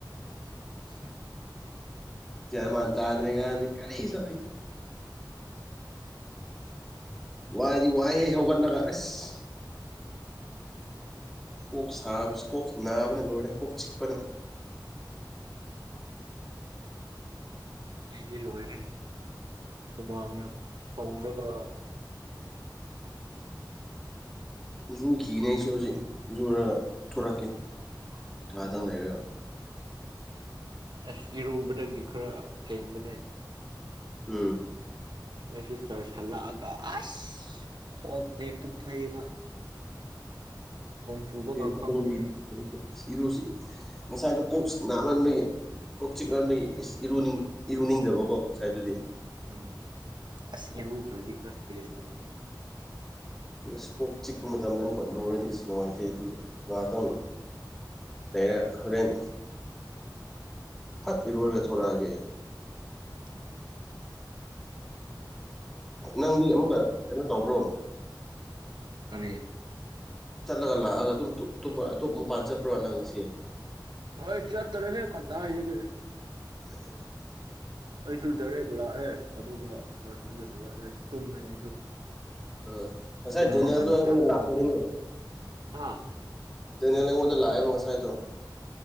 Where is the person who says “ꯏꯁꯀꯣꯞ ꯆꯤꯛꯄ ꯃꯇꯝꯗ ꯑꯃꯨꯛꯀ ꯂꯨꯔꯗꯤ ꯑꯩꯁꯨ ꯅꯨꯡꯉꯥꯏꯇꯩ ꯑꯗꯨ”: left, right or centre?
Centre